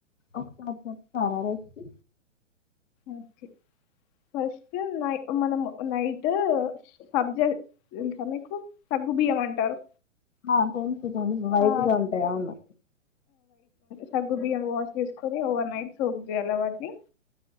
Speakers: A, on the left; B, on the left.
A: ఒక్కసారి చెప్తారా రెసిపీ
B: ఓకే ఫస్ట్ నై మనం నైట్ సబజ్జా తెలుసా మీకు సగ్గు బియ్యం అంటారు
A: ఆ కొంచుకొని వైటిగా
B: ఆ
A: ఉంటాయి అవును
B: సగ్గు బియ్యం వాష్ చేసుకొని ఓవర్ నైట్ సోక్ చేయాలి వాట్ని